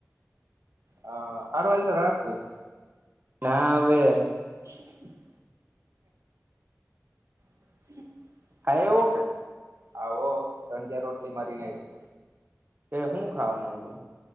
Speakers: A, on the right; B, on the right.
A: હા હારુ હાલ તો રાખું.
B: ના હવે
A: <inaudible> <inaudible>
B: ખાય એવું કે
A: આવો તણજીયા રોટલી મારીને આવ્યો
B: તે હું ખાવાનું હતું.